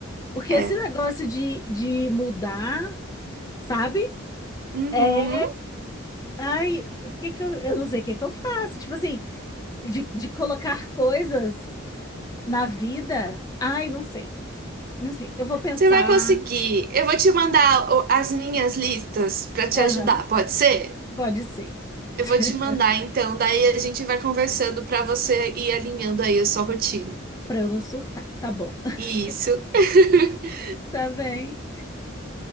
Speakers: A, on the left; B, on the right.
A: Porque
B: É.
A: esse negócio de, de mudar, sabe?
B: Uhum.
A: É, Ai, o que que eu, eu não sei o que que eu faço. Tipo assim, de, de colocar coisas na vida. Ai, não sei. Não sei, eu vou pensar.
B: Você vai conseguir. Eu vou te mandar o- as minhas listas para te
A: Aham,
B: ajudar, pode ser?
A: pode ser.
B: Eu
A: <laughs>
B: vou te mandar então, daí a gente vai conversando para você ir alinhando aí a sua rotina.
A: Pra eu não surtar. Tá bom. <laughs>
B: Isso. <laughs>
A: Tá bem.